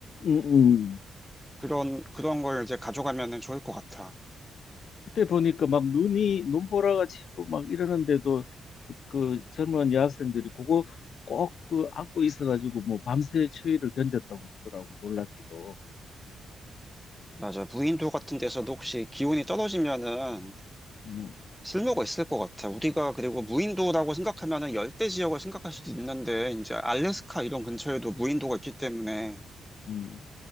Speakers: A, on the left; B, in the centre.
A: 음, 음.
B: 그런 그런 걸 이제 가져가면은 좋을 것 같아.
A: 그때 보니까 막 눈이 눈보라가 치고 막 이러는데도 그 그 젊은 여학생들이 그거 꼭 그 안고 있어가지고 뭐 밤새 추위를 견뎠다고 그러더라고 놀랍기도.
B: 맞아. 무인도 같은 데서도 혹시 기온이 떨어지면은
A: 음,
B: 쓸모가 있을 것 같아. 우리가 그리고 무인도라고 생각하면은 열대 지역을 생각할 수도 있는데 이제 알래스카
A: 음.
B: 이런 근처에도 무인도가 있기 때문에
A: 음,